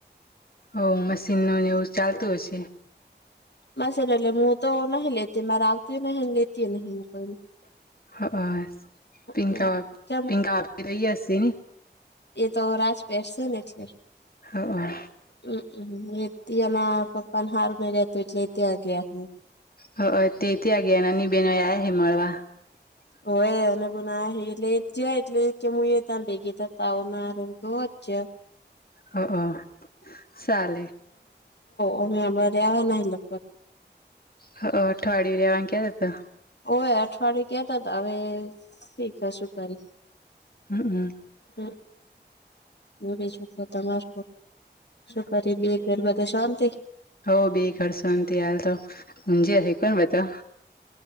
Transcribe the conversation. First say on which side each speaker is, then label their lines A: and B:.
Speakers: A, on the left; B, on the left.
A: હ મશીન નું એવું ચાલતું હશે
B: બસ એના લ મુું તો નહી લેતી મે ર આવતી નહીં લતી નહીંઈ
A: હ હ પીંંગા
B: હમ કેમ
A: પિંંગકા આપ રઈએસીી નને
B: એ તો રાજપેટ છે ને એટલે
A: હા
B: હમમ એ એના પપ્પા ને હાર નઈ રતું એટલે એ ત્યાં ગયા હ
A: હ તે તે નાની બેનો આ હ મળવા <inaudible>
B: હો એ અને બ ના હ એટલે એ જયા એટલે કે હું એ ત્યાને ભેગી થતા આવ નારેધ જ
A: હ ચાલે
B: અમે આપણા રેવા નહ લ પ
A: હ અઠવાડિું ર્યા વામાંગ્યા હતા હતા
B: ઓય અઠવાડિયું કેતા તો હવે શીખ હશું તારી
A: હમ હમ
B: હ હ બીજું તમાર શુખરી બગર મધ શાંતિ
A: હો બે ઘરસંત આલ તો હજે હ ને બધા